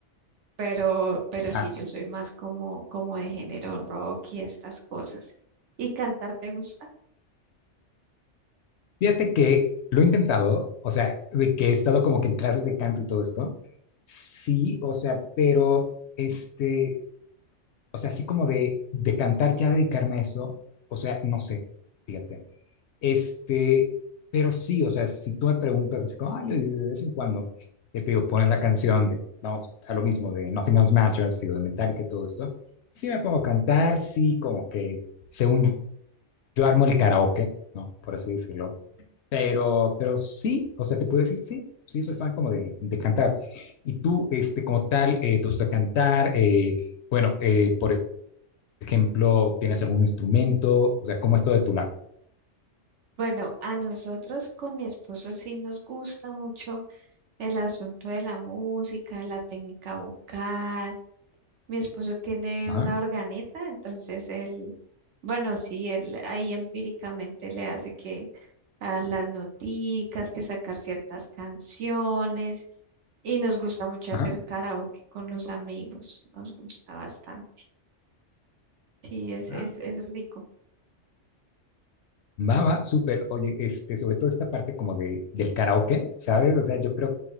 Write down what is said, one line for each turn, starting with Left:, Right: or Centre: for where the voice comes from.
Right: Pero, pero sí,
Left: ah.
Right: yo soy más como, como de género rock y estas cosas. ¿Y cantar te gusta?
Left: Fíjate que lo he intentado, o sea, de que he estado como que en clases de canto y todo esto. Sí, o sea, pero este, o sea, así como de, de cantar, ya dedicarme a eso, o sea, no sé, fíjate. Este, pero sí, o sea, si tú me preguntas, es como, ay, yo de vez en cuando, eh, te digo, pones la canción de, vamos, a lo mismo, de Nothing Else Matters, digo, de Metallica y todo esto, sí me pongo a cantar, sí, como que, según yo armo el karaoke, ¿no? Por así decirlo. Pero, pero sí, o sea, te puedo decir, sí, sí, soy fan como de, de cantar. Y tú, este, como tal, eh, te gusta cantar, eh, bueno, eh, por ejemplo, tienes algún instrumento, o sea, cómo es todo de tu lado.
Right: Bueno, a nosotros con mi esposo sí nos gusta mucho el asunto de la música, de la técnica vocal. Mi esposo tiene
Left: Ajá,
Right: una organeta, entonces él, bueno, sí, él ahí empíricamente le hace que a las noticas, que sacar ciertas canciones, y nos gusta mucho
Left: ajá.
Right: hacer karaoke con los amigos, nos gusta bastante. Sí, es,
Left: ah,
Right: es, es rico.
Left: Va, va, súper. Oye, este, sobre todo esta parte como de, del karaoke, ¿sabes? O sea, yo creo